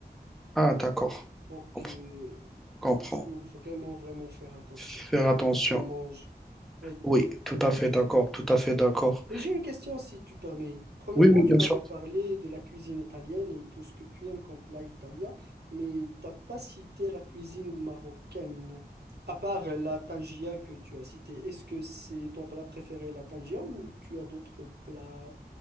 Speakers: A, in the centre; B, on the right (about 75°).
A: Ah, d'accord.
B: Donc,
A: Compre-
B: euh,
A: Comprends.
B: faut vraiment, vraiment faire attention
A: Faire attention.
B: à ce qu'on mange. Oui.
A: Oui, tout à fait d'accord, tout à fait d'accord.
B: Et j'ai une question si tu permets. Premièrement,
A: Oui, oui, bien
B: tu m'avais
A: sûr.
B: parlé de la cuisine italienne et tout ce que tu aimes comme plat italien, mais t'as pas cité la cuisine marocaine, à part la tangia que tu as citée. Est-ce que c'est ton plat préféré, la tangia, ou tu as d'autres plats